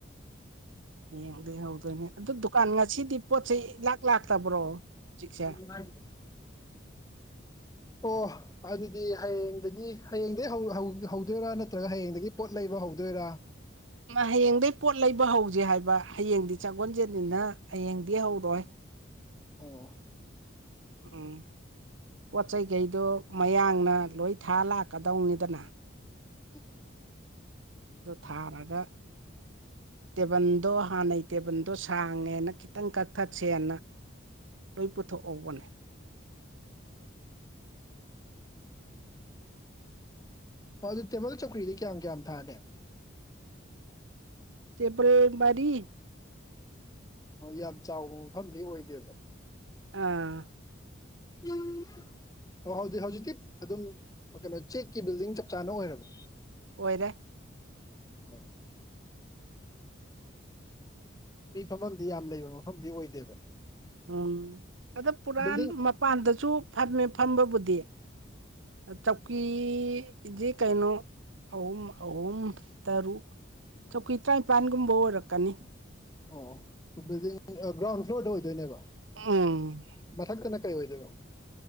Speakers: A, on the right (about 75°); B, on the left (about 20°).
A: ꯌꯦꯡꯗꯩ ꯍꯧꯗꯣꯏꯅꯦ꯫ ꯑꯗꯨ ꯗꯨꯀꯥꯟ ꯉꯁꯤꯗꯤ ꯄꯣꯠ ꯆꯩ ꯂꯥꯛ ꯂꯥꯛꯇꯕ꯭ꯔꯣ ꯍꯧꯖꯤꯛꯁꯦ?
B: <unintelligible> ꯑꯣ ꯑꯗꯨꯗꯤ ꯍꯌꯦꯡꯗꯒꯤ ꯍꯌꯦꯡꯗꯒꯤ ꯍꯧꯗꯣꯏꯔꯥ, ꯅꯠꯇ꯭ꯔꯒ ꯍꯌꯦꯡꯗꯒꯤ ꯄꯣꯠ ꯂꯩꯕ ꯍꯧꯗꯣꯏꯔꯥ?
A: ꯍꯌꯦꯡꯗꯩ ꯄꯣꯠ ꯂꯩꯕ ꯍꯧꯖꯦ ꯍꯥꯏꯕ ꯍꯌꯦꯡꯗꯤ ꯆꯥꯒꯣꯟꯁꯦꯟꯅꯤꯅ ꯍꯌꯦꯡꯗꯤ ꯍꯧꯔꯣꯏ꯫
B: ꯑꯣ
A: ꯎꯝ ꯄꯣꯠꯆꯩ ꯈꯩꯗꯣ ꯃꯌꯥꯡꯅ ꯂꯣꯏ ꯊꯥ ꯂꯥꯛꯀꯗꯧꯅꯤꯗꯅ꯫
B: ꯎꯝ
A: ꯑꯗꯨ ꯊꯥꯔꯒ, ꯇꯦꯕꯟꯗꯣ ꯍꯥꯟꯅꯩ ꯇꯦꯕꯟꯗꯣ ꯁꯥꯡꯉꯦꯅ ꯈꯤꯇꯪ ꯀꯛꯊꯠꯁꯦꯅ, ꯂꯣꯏ ꯄꯨꯊꯣꯛꯍꯧꯕꯅꯦ꯫
B: ꯍꫭ ꯑꯗꯨ ꯇꯦꯕꯜ ꯆꯧꯀ꯭ꯔꯤꯗꯤ ꯀꯌꯥꯝ-ꯀꯌꯥꯝ ꯊꯥꯅꯤ꯫
A: ꯇꯦꯕꯜ ꯃꯔꯤ꯫
B: ꯑꫭ ꯌꯥꯝ ꯆꯥꯎꯕ ꯃꯐꯝꯗꯤ ꯑꯣꯏꯗꯦꯕ꯫
A: ꯑꯥ꯫
B: <unintelligible> ꯑꯣ ꯍꯧꯗꯤ ꯍꯧꯖꯤꯛꯇꯤ ꯑꯗꯨꯝ ꯀꯩꯅꯣ ꯆꯦꯛꯀꯤ ꯕꯤꯜꯗꯤꯡ ꯆꯞ ꯆꯥꯅ ꯑꯣꯏꯔꯕ꯫
A: ꯑꯣꯏꯔꯦ꯫
B: ꯑꯣ ꯃꯤ ꯐꯝꯐꯝꯗꯤ ꯌꯥꯝ ꯂꯩꯕ ꯃꯐꯝꯗꯤ ꯑꯣꯏꯗꯦꯕ꯫
A: ꯎꯝ ꯑꯗ ꯄꯨꯔꯥꯟ
B: ꯕꯤꯜꯗꯤꯡ
A: ꯃꯄꯥꯟꯗꯁꯨ ꯐꯝꯃꯦ ꯐꯝꯕꯕꯨꯗꯤ꯫ ꯑ ꯆꯧꯀꯤ ꯏꯖꯦ ꯀꯩꯅꯣ ꯑꯍꯨꯝ ꯑꯍꯨꯝ ꯇꯔꯨꯛ꯫ ꯆꯧꯀꯤ ꯇꯔꯥꯅꯤꯄꯥꯟꯒꯨꯝꯕ ꯑꯣꯏꯔꯛꯀꯅꯤ꯫
B: ꯑꯣ ꯕꯤꯜꯗꯤꯡ ꯒ꯭ꯔꯥꯎꯟ ꯐ꯭ꯂꯣꯔꯗ ꯑꯣꯏꯗꯣꯏꯅꯦꯕ꯫
A: ꯎ
B: ꯃꯊꯛꯇꯅ ꯀꯩ ꯑꯣꯏꯗꯣꯏꯕ꯫